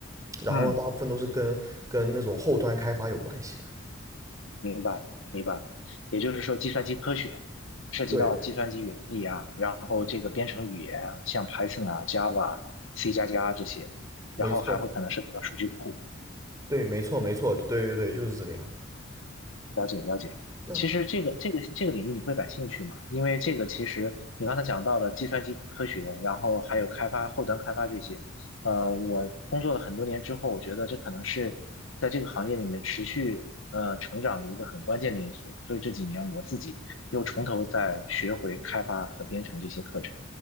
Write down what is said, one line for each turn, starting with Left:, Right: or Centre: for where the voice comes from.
Right: 然后呢，
Left: 嗯，
Right: 大部分都是跟跟那种后端开发有关系的。
Left: 明白明白。也就是说，计算机科学涉及到计算机原理啊，
Right: 对，
Left: 然后这个编程语言啊，像 Python 啊、Java、C 加加这些，
Right: 没错，
Left: 然后还会可能涉及到数据库。
Right: 对，没错，没错，对对对，就是这个样。
Left: 了解了解。
Right: 那
Left: 其实这个这个这个领域你会感兴趣吗？因为这个其实你刚才讲到的计算机科学，然后还有开发后端开发这些，呃，我工作了很多年之后，我觉得这可能是在这个行业里面持续呃成长的一个很关键的因素。所以这几年我自己又从头再学回开发和编程这些课程，